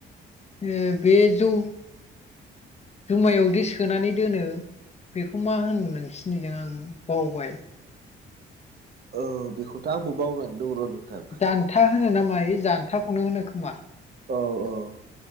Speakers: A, on the left; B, on the right.
A: ओ बे जौ जुमायावदि सोनानै दोनो बेखौ मा होनो नोंसिरनिजों आं बावबाय
B: औ बेखौथ' आंबो मावनानै दं र' नोंथां
A: जान्था होनो नामा मायो जान्थाखौनो होनो खोमा
B: औ औ